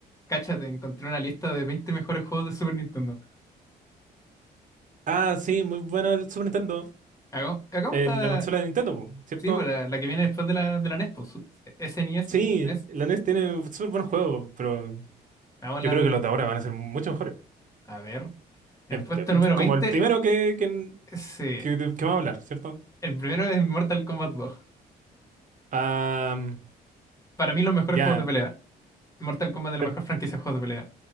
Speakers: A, on the left; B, on the right.
A: Cáchate, encontré una lista de 20 mejores juegos de Super Nintendo.
B: Ah, sí, muy bueno el Super Nintendo.
A: Hagamos, hagamos
B: el-
A: esta,
B: la consola de Nintendo, po, ¿cierto?
A: sí, pues, la, la que viene después de la, de la NES, pues, su- SNES,
B: Sí,
A: NES.
B: la NES tiene súper buenos juegos, pero
A: Hagamos
B: yo creo que los de ahora van a ser mucho mejores.
A: a ver. En
B: Em-
A: el puesto
B: em,
A: número
B: como
A: 20,
B: el primero que, que,
A: sí.
B: que, de- que vamos a hablar, ¿cierto?
A: El primero es Mortal Kombat 2.
B: Ah,
A: Para mí, los mejores
B: ya,
A: juegos de pelea. Mortal Kombat es
B: per-
A: la mejor franquicia de juegos de pelea.